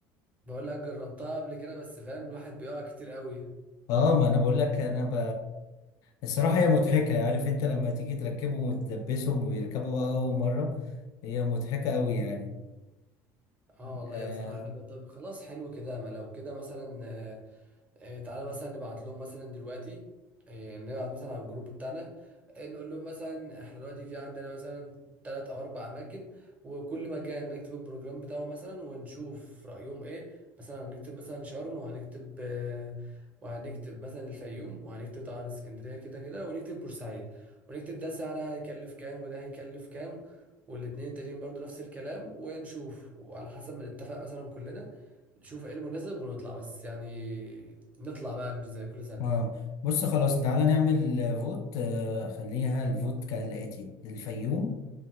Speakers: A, on the right; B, on the left.
A: بقول لك جربتها قبل كده بس فاهم الواحد بيقع كتير أوي
B: اه ما انا بقول لك انا ب... الصراحة هي مضحكة عارف انت لما تيجي تركبهم وتدبسهم ويركبوا بقى اول مرة هي مضحكة قوي يعني
A: اه والله
B: آه.
A: هي بصراحة حلوة طب خلاص حلو كده ما لو كده مثلا آه، آه، تعالى مثلا نبعت لهم مثلا دلوقتي آه، يعني نبعت مثلا على الجروب بتاعنا آه، نقول لهم مثلا احنا دلوقتي في عندنا مثلا تلات او اربع اماكن وكل مكان نكتب البروجرام بتاعه مثلا ونشوف رأيهم ايه مثلا هنكتب مثلا شرم وهنكتب آه، وهنكتب مثلا الفيوم وهنكتب طبعا اسكندرية كده كده ونكتب بورسعيد ونكتب ده سعرها هيكلف كام وده هيكلف كام والاتنين التانيين برضو نفس الكلام ونشوف وعلى حسب ما نتفق مثلا كلنا نشوف ايه المناسب ونطلع بس يعني نطلع بقى مش زي كل سنة
B: اه بص خلاص تعالى نعمل آه، فوت آه. خليها الفوت كالآتي الفيوم